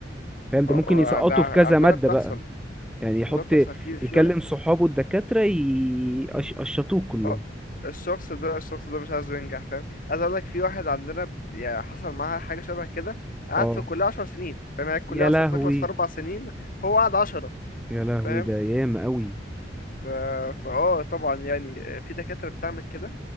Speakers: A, in the centre; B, on the left.
A: فاهم ده
B: اه،
A: ممكن
B: آه،
A: يسقطه
B: ده
A: في كذا
B: عندنا
A: ماده
B: بتحصل
A: بقى يعني يحط
B: عندنا بتحصل في في
A: يكلم
B: واحد
A: صحابه الدكاترة يقشطوه كلهم
B: اه الشخص ده الشخص ده مش عايزه ينجح فاهم عايز اقول لك في واحد عندنا ب- يعني حصل معاه حاجه شبه كده قعد
A: اه
B: في الكليه 10 سنين فاهم يعني الكليه
A: يا
B: اصلا
A: لهوي
B: بتخلص في اربع سنين هو قعد 10
A: يا لهوي
B: فاهم
A: ده ياما قوي
B: ف... فاه طبعا يعني في دكاتره بتعمل كده